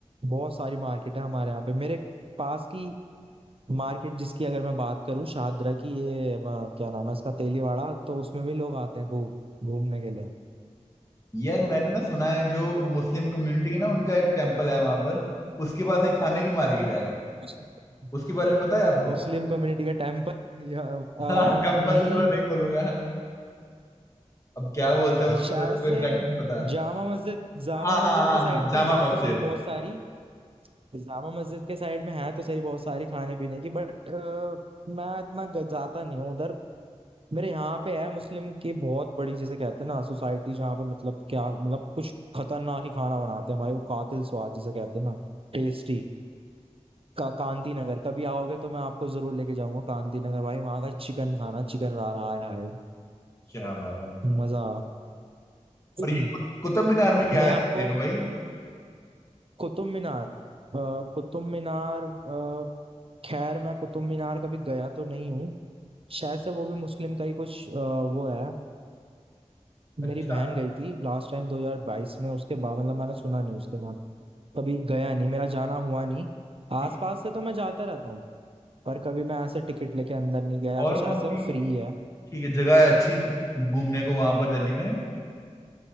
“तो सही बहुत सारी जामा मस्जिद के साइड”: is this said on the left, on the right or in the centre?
Right